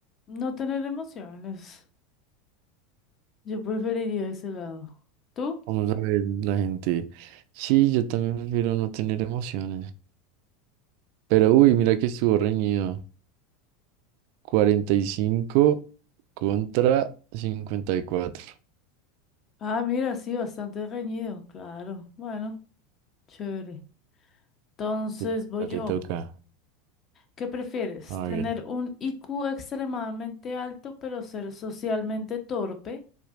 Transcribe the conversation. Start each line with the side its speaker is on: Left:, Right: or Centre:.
Left: no tener emociones. Yo preferiría ese lado. ¿Tú?
Right: Vamos a ver la gente. Sí, yo también prefiero no tener emociones. Pero uy, mira que estuvo reñido. cuarenta y cinco contra 54.
Left: Ah, mira, sí, bastante reñido, claro. Bueno, chévere. Entonces
Right: Te toca,
Left: voy yo.
Right: te toca.
Left: ¿Qué prefieres?
Right: A
Left: ¿Tener
Right: ver.
Left: un IQ extremadamente alto pero ser socialmente torpe?